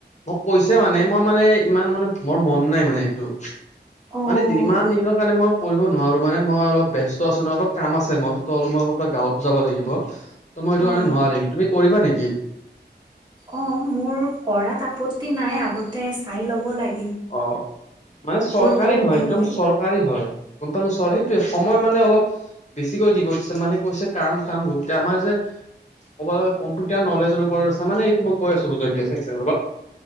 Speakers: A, on the left; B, on the right.
A: মোক কৈছে মানে মই মানে ইমান মানে মৰ মন নাই মানে সেইটো
B: অ'
A: মানে ইমান দিনৰ কাৰণে মই কৰিব নোৱাৰো মানে মই অলপ ব্যস্ত আছো ন' অলপ কাম আছে মৰ ত অলপ মই গাঁৱত যাব লাগিব। ত মই সেটো
B: অ'
A: কাৰণে নোৱাৰিম। তুমি কৰিবা নেকি?
B: অ' মোৰ কৰাত আপত্তি নাই, আগতে চাই ল'ব লা
A: অ' মানে চৰকাৰী
B: সময়
A: হয় একদম
B: মিলে
A: চৰকাৰী হয়। গ'ম পালো ছ' সেইটোৱেই সময় মানে অলপ বেছিকৈ দিব দিছে মানে কৈছে কাম চাম গোটতে আমা যে কবাল কম্পিউটাৰ নলেজৰ ওপৰত আছে। মানে এইটো মই কৈ আছো <unintelligible>